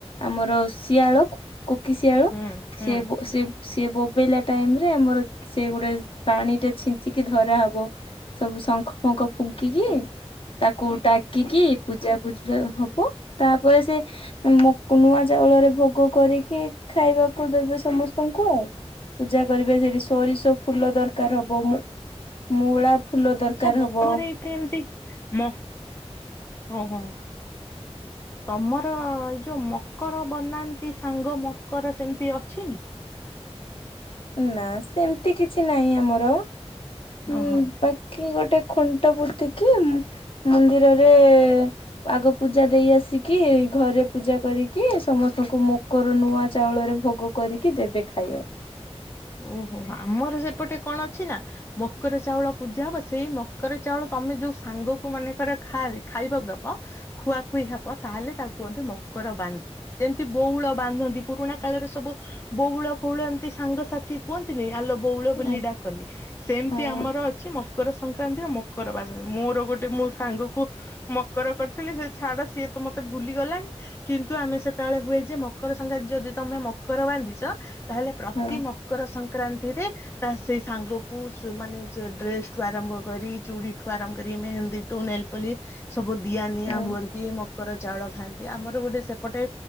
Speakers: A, on the left; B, on the left.
A: ଆମର ଶିଆଳ କୋକିଶିଆଳ
B: ହୁଁ ହୁଁ
A: ସେ ସେ ସେ ବୋବେଇଲା ଟାଇମ୍ ରେ ଆମର ସେ ଗୋଟେ ପାଣି ଟେ ଛିଞ୍ଚିକି ଧରାହବ ସବୁ ଶଙ୍ଖ ଫଙ୍ଖ ଫୁଙ୍କିକି ତାକୁ ଡାକିକି ପୂଜା ଫୂଜି ଟେ ହବ ତାପରେ ସେ ମୁଁ ନୂଆ ଚାଉଳରେ ଭୋଗ କରିକି ଖାଇବାକୁ ଦେବେ ସମସ୍ତଙ୍କୁ ଆଉ। ପୂଜା କରିବେ ସେଠି ସୋରିଷ ଫୁଲ ଦରକାର ହବ, ମୂ ମୂଳା ଫୁଲ ଦରକାର
B: ଆଚ୍ଛା। <unintelligible>
A: ହବ
B: ଏତେ ଏମିତି ମ ଓହୋ ତମର ଏ ଯୋଉ ମକର ବନାନ୍ତି ସାଙ୍ଗ ମକର ସେମିତି ଅଛି?
A: ନା ସେମତି କିଛି ନାହିଁ ଆମର, ଉନ୍
B: ଓହୋ।
A: ବାକି ଗୋଟେ ଖୁଣ୍ଟ ପୁତିକି ମନ୍ଦିରରେ ଆଗ ପୂଜା ଦେଇ ଆସିକି, ଘରେ ପୂଜା କରିକି ସମସ୍ତଙ୍କୁ ମୁ କରର ନୂଆ ଚାଉଳରେ ଭୋଗ କରିକି ଦେବେ ଖାଇବାକୁ।
B: ଓହୋ, ଆମର ସେପଟେ କଣ ଅଛି ନା ମକର ଚାଉଳ ପୂଜା ହବ ସେଇ ମକର ଚାଉଳ ତମେ ଯୋଉ ସାଙ୍ଗକୁ ମନେକର ଖାଇ ଖାଇବା ଦବ ଖୁଆଖୁଇ ହବ ତାହେଲେ ତାକୁ କୁହନ୍ତି ମକର ବାନ୍ଧ ଯେମିତି ବଉଳ ବାନ୍ଧନ୍ତି ପୁରୁଣା କାଳରେ ସବୁ ବଉଳ ଫଉଳ ଏମ ସାଙ୍ଗସାଥି କୁହନ୍ତିନି ଆଲୋ ବଉଳ ବୋଲି
A: ପାଇଁ
B: ଡାକନ୍ତି। ସେମିତି
A: ଆଜ୍ଞା
B: ଆମର ଅଛି ମକର ସଂକ୍ରାନ୍ତିର ମକର ବାନ୍ଧବୀ ମୋର ଗୋଟେ ମୋ ସାଙ୍ଗକୁ ମକର କରିଥିଲି ସେ ଛାଡ ସିଏ ତ ମତେ ଭୁଲିଗଲାଣି କିନ୍ତୁ ଆମେ ସେତେବେଳେ ହୁଏ ଯେ ମକର ସଂକ୍ରାନ୍ତି ଯଦି ତମେ ମକର ବାନ୍ଧିଛ ତାହେଲେ ପ୍ରତି
A: ହଁ
B: ମ ମକର ସଂକ୍ରାନ୍ତିରେ ତା ସେଇ ସାଙ୍ଗକୁ ସୁ ମାନେ ସେ ଡ୍ରେସ୍ ଠୁ ଆରମ୍ଭ କରି, ଚୁଡି ଠୁ ଆରମ୍ଭ କରି, ମେହେନ୍ଦୀ ଠୁ ନେଲପଲି ସବୁ ଦିଆ ନିିଆ
A: ହଁ।
B: ହୁଅନ୍ତି ମକର ଚାଉଳ ଖାଆନ୍ତି ଆମର ଗୋଟେ ସେପଟେ